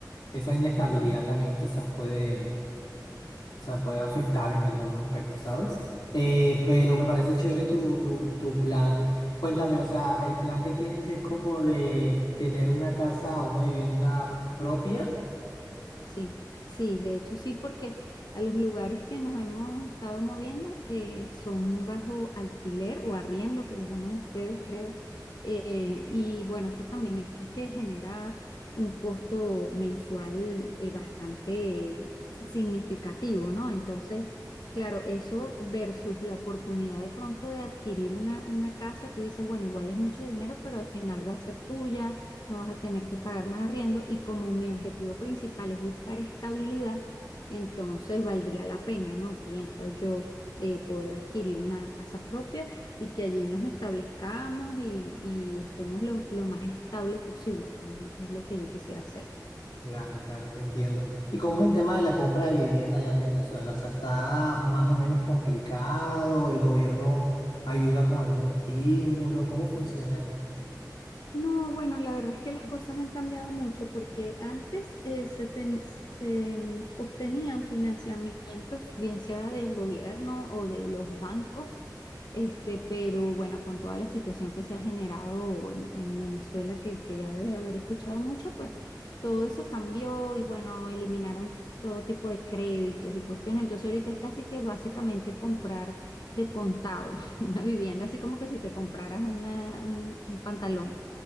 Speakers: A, on the left; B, on the left.
A: esa inestabilidad
B: sí.
A: también quizás puede, o sea, puede afectar en algunos aspectos, ¿sabes? Eh, pero me parece chévere tu, tu, tu plan. Cuéntame, o sea, el plan que tienes es como de tener una casa o una vivienda propia.
B: Sí, sí, de hecho sí, porque a los lugares que nos hemos estado moviendo eh, son bajo alquiler o arriendo, que le llaman ustedes, creo. Eh, y bueno, eso también es que genera un costo mensual eh, bastante significativo, ¿no? Entonces, claro, eso versus la oportunidad de pronto de adquirir una, una casa, tú dices, bueno, igual es mucho dinero, pero al final va a ser tuya no vas a tener que pagar más arriendo y como mi objetivo principal es buscar estabilidad, entonces valdría la pena, ¿no? Pienso yo eh, poder adquirir una casa propia y que allí nos establezcamos y, y estemos lo, lo más estable posible, pues es es lo que yo quisiera hacer.
A: Claro, claro, te entiendo. ¿Y cómo es el tema de la compra de vivienda allá en Venezuela? O sea, ¿está más o menos complicado? ¿El gobierno ayuda con algún estímulo? ¿Cómo funciona ahí?
B: No, bueno, la verdad es que las cosas han cambiado mucho porque antes eh, se, ten- se, mm, obtenían financiamientos, bien sea del gobierno o de los bancos, este, pero bueno, con toda la situación que se ha generado en, en Venezuela, que, que ya debes haber escuchado mucho, pues todo eso cambió y bueno, eliminaron todo tipo de créditos y cuestiones. Entonces ahorita es casi que básicamente comprar de contado <laughs> una vivienda, así como que si te compraras una, un un pantalón.